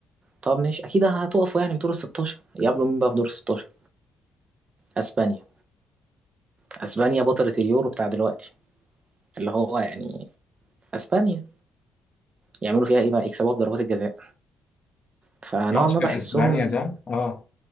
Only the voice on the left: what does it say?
ماتش
أسبانيا ده آه